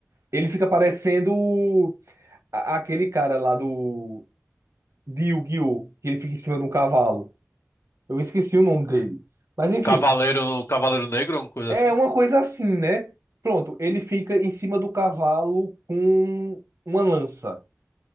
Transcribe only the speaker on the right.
Ele fica parecendo a- aquele cara lá do de Yu-Gi-Oh! que ele fica em cima de um cavalo. Eu esqueci o nome dele. Mas enfim,
é
uma coisa assim, né? Pronto, ele fica em cima do cavalo com uma lança.